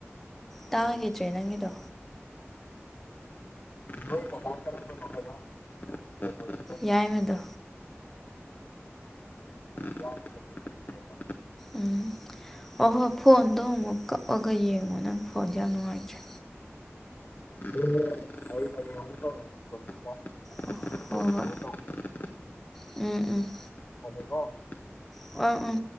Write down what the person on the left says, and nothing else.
ꯅꯣꯏ ꯗꯗꯥ ꯀꯔꯝꯕꯅꯣ ꯍꯥꯏꯕ ꯃꯦꯁꯤꯒꯤ ꯐꯦꯟ ꯑꯣꯏꯔꯤꯁꯦ
ꯏꯌꯥꯏꯃꯛꯀ ꯃꯦꯁꯤꯒꯤ ꯐꯦꯟꯂꯣ
ꯑꯦ ꯑꯩ ꯍꯌꯦꯡ ꯑꯃꯨꯛ ꯇꯧꯔꯒꯦ ꯐꯣꯟꯁꯦ ꯑꯝꯇ
ꯁꯦꯡꯗꯣꯛ
ꯈꯣꯠꯇꯣꯛ ꯇꯧꯈꯤꯒꯦ
ꯊꯝꯃꯦꯀꯣ